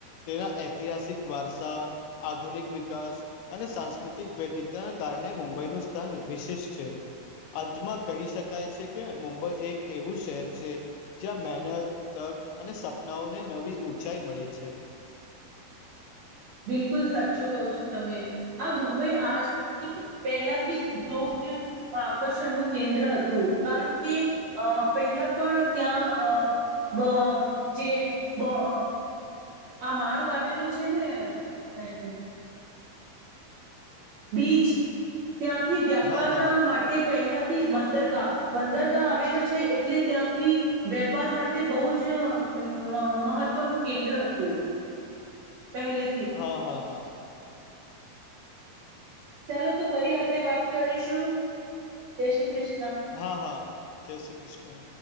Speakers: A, on the left; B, on the right.
A: તેના ઐતિહાસિક વારસા આધુનિક વિકાસ અને સાંસ્કૃતિક વૈધતાના કારણે મુંબઈનું સ્થાન વિશેિષ છે. અંતમાં કહી શકાય છે કે મુંબઈ એક એવું શહેર છે. જ્યાં મહેનત તક અને સપનાઓને નવી ઊંચાઈ મળે છે.
B: બિલકુલ સાચું કહું છું તમે આ મુંબઈ આજ પહેલા થી જ બહુ જ આકર્ષણનું કેન્દ્ર હતું કારણ કે અ પહેલા પણ ત્યાં અ બ જે બ અ આ માર્ગ આવેલો છે ને <inaudible> બીચ ત્યાંથી વ્યાપારના
A: હા હા
B: માટે. તે પહેલાથી જ બંદરગાહ બંદરગાહ આવેલો છે એટલે ત્યાંથી વેપાર માટે બહુજ હું મહ મહત્વનું કેન્દ્ર હતું. પહેલે
A: હા હા હા
B: ચાલો તો ફરી આપણેે વાત કરીશું જય શ્રી કૃષ્ણ
A: હા હા જય શ્રી કૃષ્ણ